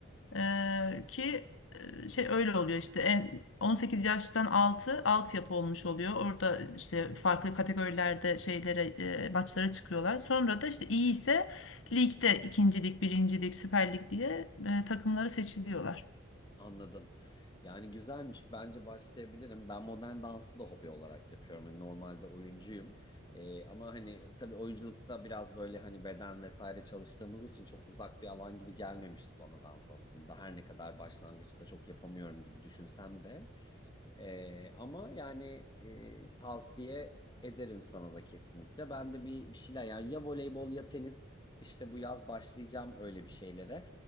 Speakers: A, on the left; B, on the left.
A: E, ki e, şey öyle oluyor işte en 18 yaştan altı altyapı olmuş oluyor. Orada işte farklı kategorilerde şeylere e, maçlara çıkıyorlar. Sonra da işte iyi ise Ligde ikincilik, birincilik, Süper Lig diye e, takımları seçiliyorlar.
B: Anladım. Yani güzelmiş. Bence başlayabilirim. Ben modern dansı da hobi olarak yapıyorum. Hani normalde oyuncuyum. Ee, ama hani tabii oyunculukta biraz böyle hani beden vesaire çalıştığımız için çok uzak bir alan gibi gelmemişti bana dans aslında. Her ne kadar başlangıçta çok yapamıyorum gibi düşünsem de. Ee, ama yani e, tavsiye ederim sana da kesinlikle. Ben de bir, bir şeyler yani ya voleybol ya tenis işte bu yaz başlayacağım öyle bir şeylere.